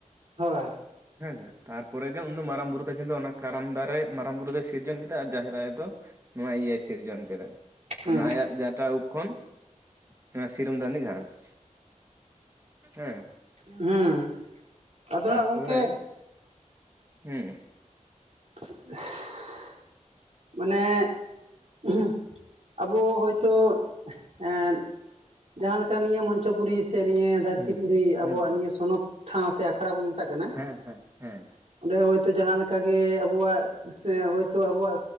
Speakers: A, on the right; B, on the right.
A: ᱦᱳᱭ᱾
B: ᱦᱮᱸ ᱥᱮ ᱛᱟᱨᱯᱚᱨᱮ ᱜᱮ ᱩᱱ ᱫᱚ ᱢᱟᱨᱟᱝ ᱵᱩᱨᱩ ᱛᱟᱹᱠᱤᱱ ᱫᱚ ᱚᱱᱟ ᱠᱟᱨᱟᱢ ᱫᱟᱨᱮ ᱢᱟᱨᱟᱝ ᱵᱩᱨᱩ ᱫᱚᱭ ᱥᱤᱨᱡᱚᱱ ᱠᱮᱫᱟ ᱟᱨ ᱡᱟᱦᱮᱨ ᱟᱭᱚ ᱫᱚ ᱱᱚᱣᱟ ᱤᱭᱟᱹᱭ ᱥᱤᱨᱡᱚᱱ ᱠᱮᱫᱟ ᱾
A: ᱦᱩᱸ
B: ᱚᱱᱟ ᱟᱭᱟᱜ ᱡᱟᱴᱟ ᱩᱵ ᱠᱷᱚᱱ ᱚᱱᱟ ᱫᱤᱥᱚᱢ ᱫᱟᱸᱫᱤ ᱜᱷᱟᱸᱥ ᱦᱮᱸ,
A: ᱦᱩᱸ ᱟᱫᱚ
B: ᱛᱟᱨᱯᱚᱨᱮ
A: ᱱᱟᱜ ᱜᱚᱝᱠᱮ
B: ᱦᱩᱸ,
A: <unintelligible> ᱢᱟᱱᱮ <unintelligible> ᱟᱵᱚ ᱦᱳᱭᱛᱳ ᱮᱸᱫ ᱡᱟᱦᱟᱸ ᱞᱮᱠᱟ ᱱᱤᱭᱟᱹ ᱢᱚᱧᱪᱚᱯᱩᱨᱤ ᱥᱮ ᱱᱤᱭᱟᱹ ᱫᱷᱟᱹᱨᱛᱤ
B: ᱦᱩᱸ
A: ᱯᱩᱨᱤ ᱟᱵᱚᱣᱟᱜ
B: ᱦᱩᱸ ᱦᱩᱸ
A: ᱱᱤᱭᱟᱹ ᱥᱚᱱᱚᱛ ᱴᱷᱟᱶ ᱥᱮ ᱟᱠᱷᱲᱟ ᱵᱚᱱ ᱢᱮᱛᱟᱜ ᱠᱟᱱᱟ
B: ᱦᱮᱸ ᱦᱮᱸ ᱦᱮᱸ
A: ᱚᱸᱰᱮ ᱦᱳᱭᱛᱳ ᱡᱟᱦᱟᱸ ᱞᱮᱠᱟ ᱜᱮ ᱟᱵᱚᱣᱟᱜ ᱥᱮ ᱦᱳᱭᱛᱳ ᱟᱵᱚᱣᱟᱜ